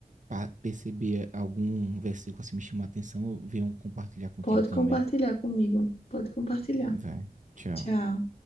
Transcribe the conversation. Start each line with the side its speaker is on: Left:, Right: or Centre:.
Right: pa- perceber algum versículo assim me chamar a atenção, eu venho compartilhar contigo
Left: Pode
Right: também.
Left: compartilhar comigo, pode compartilhar.
Right: Vai. Tchau.
Left: Tchau.